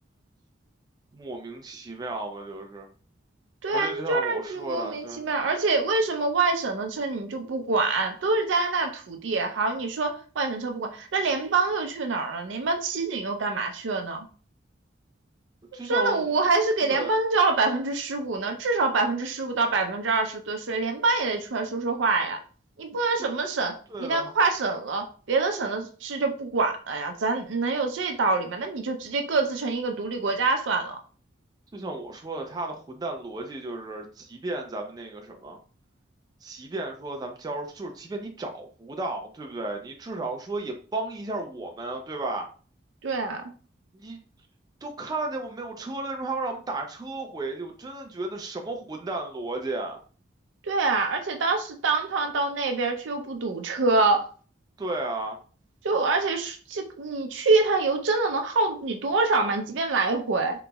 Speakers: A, on the right; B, on the right.
A: 莫名其妙嘛，就是，
B: 对啊，
A: 而且就像我说的，
B: 你就让就莫名其妙，
A: 对，
B: 而且为什么外省的车你们就不管？都是加拿大土地，好，你说外省车不管，那联邦又去哪儿了？联邦骑警又干嘛去了呢？
A: 就像我，
B: 真的，我还是给联邦交了百分之十五呢，
A: 对，
B: 至少百分之十五到百分之二十的税，联邦也得出来说说话呀。你不能什么省，
A: 就对的，
B: 一旦跨省了，别的省的事就不管了呀，咱能有这道理吗？那你就直接各自成一个独立国家算了。
A: 就像我说的，他的混蛋逻辑就是，即便咱们那个什么。即便说咱们交，就是即便你找不到，对不对？你至少说也帮一下我们啊，对吧？
B: 对啊。
A: 你都看见我没有车了，为什么还要让我们打车回去？我真的觉得什么混蛋逻辑啊
B: 对啊，而且当时当趟到那边儿去又不堵车，
A: 对啊，
B: 就而且是这你去一趟油真的能耗你多少嘛？你即便来回，